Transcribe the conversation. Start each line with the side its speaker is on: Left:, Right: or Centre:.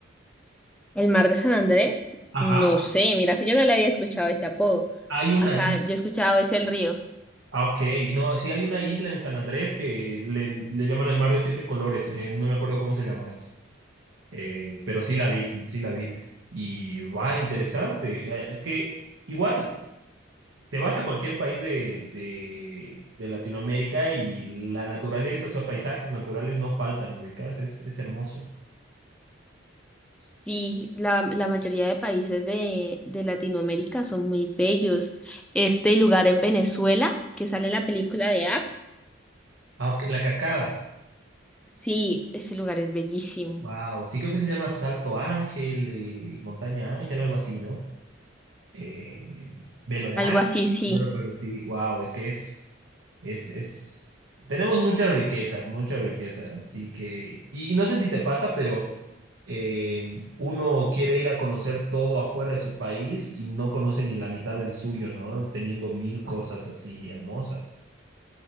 Centre: El mar de San Andrés,
Right: Ajá,
Centre: no sé, mira que yo no le había escuchado ese apodo.
Right: Hay una
Centre: Acá
Right: isla.
Centre: yo he escuchado es el río.
Right: Ah, ok. No, sí hay una isla en San Andrés que le, le llaman el mar de siete colores. eh, no me acuerdo cómo se llama. Es, eh, pero sí la vi, sí la vi. Y va, interesante. Eh, Es que igual te vas a cualquier país de, de, de Latinoamérica y la naturaleza, o sea, paisajes naturales no faltan, ubicás, es, es hermoso.
Centre: Sí, la, la mayoría de países de, de Latinoamérica son muy bellos. Este lugar en Venezuela, que sale en la película de Up,
Right: Ah, ok, La cascada.
Centre: Sí, ese lugar es bellísimo.
Right: Wow, sí creo que se llama Salto Ángel y Montaña Ángel, algo así, ¿no? Eh, Velo de
Centre: Algo
Right: Ángel,
Centre: así, sí.
Right: no recuerdo, sí, wow, es que es, es, es, tenemos mucha riqueza, mucha riqueza, así que, y, y no sé si te pasa, pero eh, uno quiere ir a conocer todo afuera de su país y no conoce ni la mitad del suyo, ¿no? Teniendo mil cosas así hermosas,